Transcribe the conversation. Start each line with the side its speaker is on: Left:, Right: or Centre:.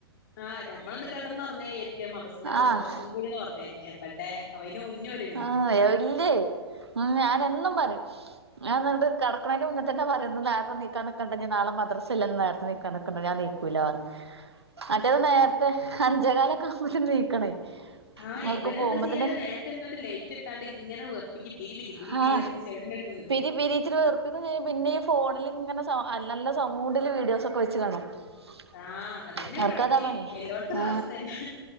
Left: ആഹ് നമ്മളൊന്ന് കിടന്നൊറങ്ങായിരിക്കും മദ്രസില്ലാത്തീസം
Right: ആഹ്
Left: കുറച്ചും കൂടിന്ന് ഉറങ്ങാരിതിക്കും എവിടെ ആയിന് മുന്നേ. ഓര് എണീക്കും
Right: ആ ഇല്ലേ ഉം ഞാന് എന്നും പറയും ഞാൻ എന്നിട്ട് കെട കെടക്ക്ണീന്റെ മുന്ന ത്തന്നെ പറയും നേരത്തെ നീക്കാ നിക്കണ്ട നാളെ മദ്രസൽല്ലന്ന് നേരത്തെ നീക്കാ നക്കണ്ട ഞാ നീക്കൂലാന്. മറ്റേത് നേരത്തെ അഞ്ചേ കാലൊക്കെ ആകുപോത്തിന് നീക്കണേ.
Left: ആഹ്
Right: അവർക്ക്
Left: ഇവരെന്ത
Right: പോകുമ്പത്തിന്
Left: ചെയ്യാറിയോ നേരത്തെ എന്താണ്ട് ലേറ്റ് ഇട്ടാണ്ട് ഇങ്ങനെ വെറുപ്പിക്കും പിരി. പിരി
Right: ഹാ
Left: പിരി പറഞ്ഞ് ചെവിടിന്റെടുത്ത് നിന്നിട്ട്
Right: പിരി പിരി ഇച്ചരി വെറപ്പിക്ക പിന്നെ ഈ ഫോണിൽ ഇങ്ങനെ സം നല്ല സൗവൂണ്ടില് വീഡിയോസ്. <unintelligible>
Left: ആഹ് അതന്നെ
Right: അവർക്കതാ
Left: ഇവടത്തേം
Right: പണി
Left: എല്ലോടത്തുള്ള
Right: ആ
Left: അവസ്ഥ തന്നെ